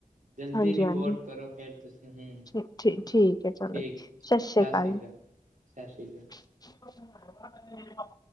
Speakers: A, on the right; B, on the left.
A: ਜਲਦੀ
B: ਹਾਂਜੀ
A: ਰਿਪੋਟ
B: ਹਾਂਜੀ
A: ਕਰੋ ਫੇਰ ਤੁਸੀਂ, ਹਮ,
B: ਠੀ ਠੀਕ ਠੀਕ ਹੈ ਚਲੋ
A: ਠੀਕ,
B: ਜੀ। ਸਤਿ ਸ੍ਰੀ
A: ਸਸ
B: ਅਕਾਲ
A: ਸੀ ਕਾਲ ਸਸ ਸੀ ਕਾਲ।
B: <unintelligible>